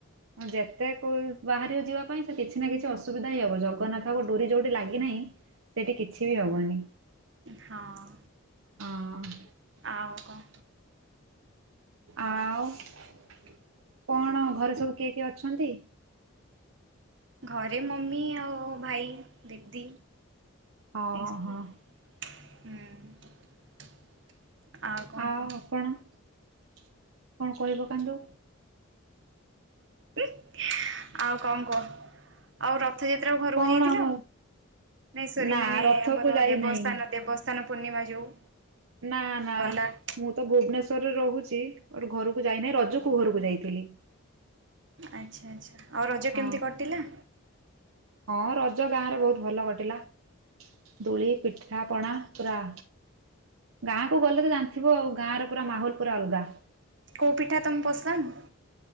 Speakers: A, on the right (about 75°); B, on the right (about 60°).
A: ହଁ ଯେତେ ବାହାରି ଯିବା ପାଇଁ ସେ କିଛି ନା କିଛି ଅସୁବିଧା ହିଁ ହବ ଜଗନ୍ନାଥଙ୍କ ଡୋରି ଯୋଉଠି ଲାଗିନାହିଁ ସେଇଠି କିଛି ବି ହବନି।
B: ହଁ।
A: ହଁ
B: ଆଉ କଣ?
A: ଆଉ କଣ ଘରେ ସବୁ କିଏ କିଏ ଅଛନ୍ତି?
B: ଘରେ ମମି ଆଉ ଭାଇ, ଦିଦି
A: ଓହୋ
B: ଏଇ ସବୁ। ହୁଁ। <inaudible> କଣ
A: ଆ
B: କୁହ
A: ଆପଣ କଣ କହି ପକାନ୍ତୁ?
B: <unintelligible> ଆଉ କଁ କୁଅ? ଆଉ ରଥଯାତ୍ରା କୁ ଘରକୁ
A: କଣ
B: ଯାଇଥିଲୁ
A: ଆମ
B: ନାଇଁ ଶରୀ
A: ନା
B: ମାନେ
A: ରଥକୁ
B: ଆମର
A: ଯାଇନାହିଁ
B: ଦେବସ୍ତାନ ଦେବସ୍ ସ୍ନାନ ପୂର୍ଣ୍ଣିମା ଯୋଉ।
A: ନାଁ ନାଁ।
B: ଗଲା।
A: ମୁଁ ତ ଭୁବନେଶ୍ୱରରେ ରହୁଚି ବଟ୍ ଘରକୁ ଯାଇନେଇ ରଜକୁ ଘରକୁ ଯାଇଥିଲି।
B: ଆଚ୍ଛା ଆଚ୍ଛା ଆଉ ରଜ
A: ହଁ
B: କେମିତି କଟିଲା?
A: ହଁ ରଜ ଗାଁ ରେ ବହୁତ୍ ଭଲ କଟିଲା। ଦୋଳି ପିଠାପଣା ପୁରା ଗାଁକୁ ଗଲେ ତ ଜାଣିଥିବ ଆଉ ଗାଁ ର ପୁରା ମାହୋଲ୍ ପୁରା ଅଲଗା।
B: କୋଉ ପିଠା ତମକୁ ପସନ୍?